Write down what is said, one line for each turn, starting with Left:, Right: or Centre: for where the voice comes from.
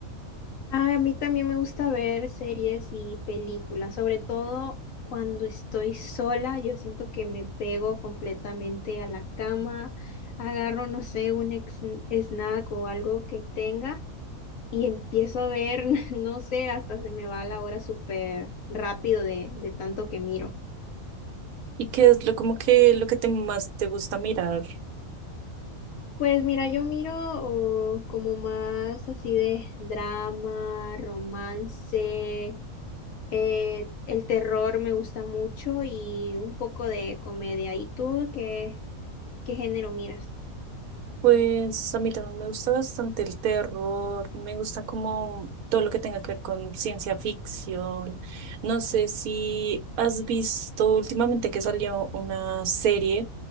Left: Ah, a mí también me gusta ver series y películas, sobre todo cuando estoy sola, yo siento que me pego completamente a la cama, agarro, no sé, un ex- snack o algo que tenga y empiezo a ver, <laughs> no sé, hasta se me va la hora súper rápido de, de tanto que miro.
Right: ¿Y qué es lo como que lo que te más te gusta mirar?
Left: Pues mira, yo miro oh, como más así de drama, romance. Eh, el terror me gusta mucho y un poco de comedia. ¿Y tú qué, qué género miras?
Right: Pues a mí también me gusta bastante el terror, me gusta como todo lo que tenga que ver con ciencia ficción. No sé si has visto últimamente que salió una serie